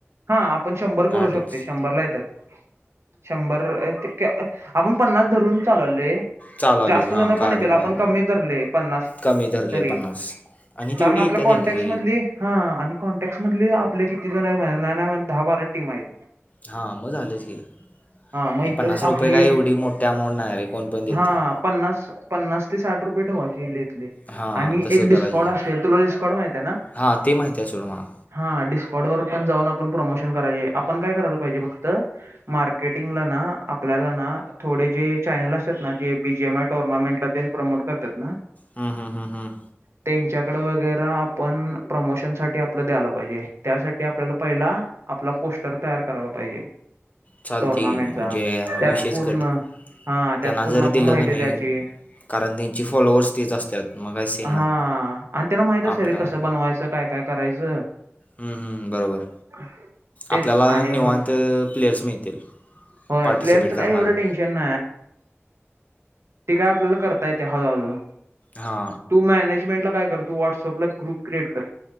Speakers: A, on the right; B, on the left.
A: हा आपण शंभर करू
B: आठच
A: शकते शंभर ला येतात शंभर आपण पन्नास धरून चालवले
B: चालले
A: जास्त
B: हां
A: जण
B: कळालं
A: पण येतील आपण
B: कळालं
A: कमी धरले पन्नास
B: कमी धरले
A: तरी
B: पन्नास आणि
A: कारण
B: तेवढी
A: आपल्या
B: येतात
A: कॉन्टॅक्ट
B: एंट्री
A: मधली हा आणि कॉन्टॅक्ट मधले आपले किती जण आहेत. नाही नाही म्हणता दहा बारा टीम आहेत.
B: हा म झालच कि.
A: हा मग
B: आणि
A: इथच
B: पन्नास
A: आपली
B: रुपये काय एवढी मोठी अमाऊंट नाही रे कोण पण देते.
A: हा पन्नास पन्नास ते साठ रुपये ठेवाय
B: हां
A: आणि
B: तसं
A: एक
B: करायचं
A: डिस्कॉड असेल. तुला डिस्कॉड माहित आहे ना.
B: हां ते माहिती आहे सोड मला
A: हा डिस्कॉड वर पण जाऊन आपण प्रमोशन करायचे आपण काय करायला पाहिजे फक्त मार्क टिंगला ना आपल्याला ना थोडे जे चॅनल असतात ना, जे बी जी एम आय टुर्नामेंटला प्रमोट करतात ना
B: हम्म हम्म हम्म हम्म
A: त्यांच्याकड वगैरे आपण प्रमोशन साठी आपलं द्यायला पाहिजे. त्यासाठी आपल्याला पहिला आपला पोस्टर तयार करायला पाहिजे.
B: चालते
A: टोर्नामेंटचा.
B: की म्हणजे हा
A: त्यात
B: विषयच
A: पूर्ण
B: कट
A: हा त्यात
B: त्यांना
A: पूर्ण
B: जर
A: आपण
B: दिलं
A: माहिती
B: का नाही
A: द्याची.
B: कारण त्यांची फॉलोअर्स तेच असतात मग काय सीन
A: हा
B: नाही
A: आणि त्यांना माहित असत
B: आपल्याला
A: ते कसं बनवायचं. काय काय करायचं.
B: हम्म हम्म हम्म बरोबर.
A: <inaudible>
B: आपल्याला
A: आणि
B: निवांत प्लेयर्स मिळतील.
A: होय
B: पार्टिसिपेट
A: प्लेअरचं
B: करणारे
A: काय एवढ टेन्शन ती काय आपल्याला करता येते हळु हळु
B: हा
A: तू मॅनेजमेंट ला काय कर, तू व्हॉट्सअप ला ग्रुप क्रिएट कर.